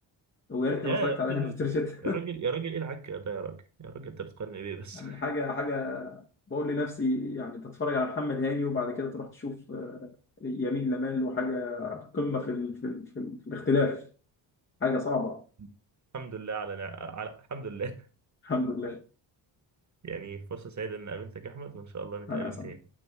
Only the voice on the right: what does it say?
يا
يا
راجل
يا راجل يا راجل ايه العك ده يا راجل يا راجل انت بتقارن بيه بس
<laughs> الحمد لله على, نع... على الحمد لله
<laughs> يعني فرصة سعيدة ان قابلتك يا احمد وان شاء الله نتقابل
تاني